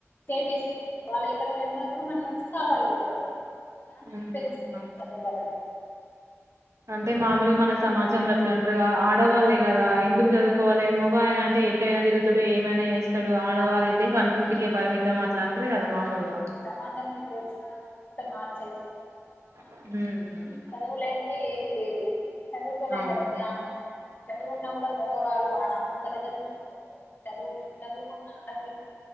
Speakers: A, on the left (about 45°); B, on the right (about 75°).
A: షేర్ చేసాం అనుకో వాళ్ళు ఎక్కడకెళ్ళిన కూడా మనల్ని వచ్చి కాపాడగలుగుతారు జ్ఞానం అనేది
B: ఉమ్.
A: పెంచుకుంటది చదువు వల్లనే
B: అంటే మాములుగా మన సమాజంలో ఇట్ల అంట్రర్ ఆడవాళ్ళే కదా ఎందుకు చదువుకోవాలి మగ ఆయన అంటే ఎట్టఅయినా తిరుతాడు ఏమైనా చేేస్తాడు ఆడవారైతే వంటింటికే పరిమితం అట్ల అంట్రరు కదా మాములుగా
A: ఈ సమాజం ఇప్పుడు వచ్చిన మొత్తం మార్చస్లింది కద ఇప్పుడు
B: హ్మ్
A: చదువుల్లేదే ఏది లేదు చదువుతెనా
B: అవును
A: కదా జ్ఞానం అవసరం చదువున్నా కూడా మగవాళ్ళు ఆన అమ్మ తల్లిదండ్రులు చూడలేరు చదువులో చదువుకున్న ఆడపిల్ల